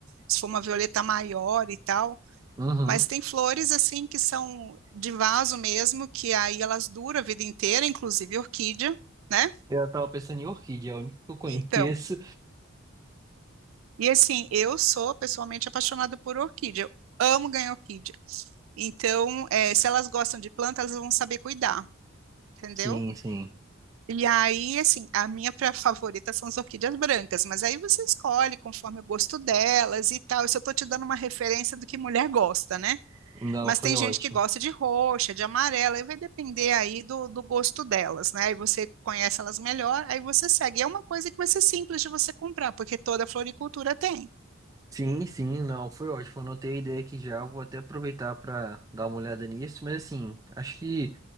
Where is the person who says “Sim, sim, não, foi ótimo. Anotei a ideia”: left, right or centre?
Right